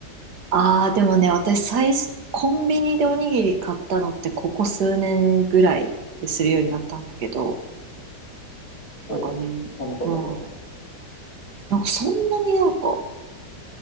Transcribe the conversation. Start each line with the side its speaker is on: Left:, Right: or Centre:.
Right: ああ、でもね、私最初、コンビニでおにぎり買ったのってここ数年ぐらいでするようになったんだけど、なんかね、
Left: おー、このことなんだ。
Right: うん。なんかそんなになんか